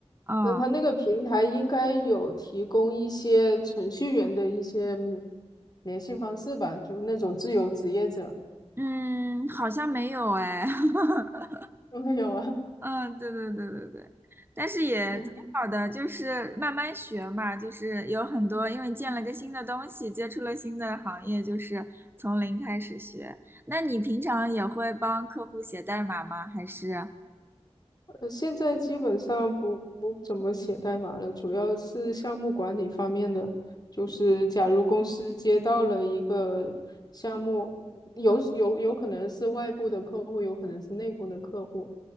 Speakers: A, on the right; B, on the left.
A: 哦，
B: 但它那个平台应该有提供一些程序员的一些嗯联系方式吧，就是那种自由职业者。
A: 嗯，好像没有哎，<laughs>
B: 没有啊，
A: 嗯，对对对对对，但是也挺好的，
B: <laughs> 那个
A: 就是慢慢学嘛，就是有很多，因为见了个新的东西，接触了新的行业，就是从零开始学。那你平常也会帮客户写代码吗？还是？
B: 呃现在基本上不不怎么写代码了，主要是项目管理方面的。就是假如公司接到了一个项目，有有有可能是外部的客户，有可能是内部的客户，